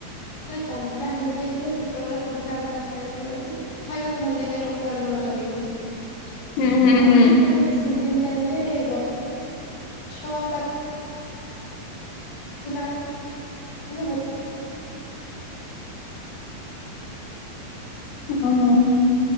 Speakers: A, on the left; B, on the left.
A: ଳେ କଞ୍ଚା ହେଇଯାଇଥାଏ ସେତେବେଳେ କଞ୍ଚା ଆମ୍ବ ଟା ଖାଇଲେ ଖାଇବାକୁ ଭଲ ଲାଗେ ଲଙ୍କା ଲୁଣ ଲଗେଇକି।
B: <inaudible>
A: ତାପରେ
B: ହୁଁ
A: ତ ଏଇ ସିଜନ୍ ଟାଇମ୍ ରେ ଗ ଛଅ ପାଚି ଥିଲା <inaudible>
B: ହୁଁ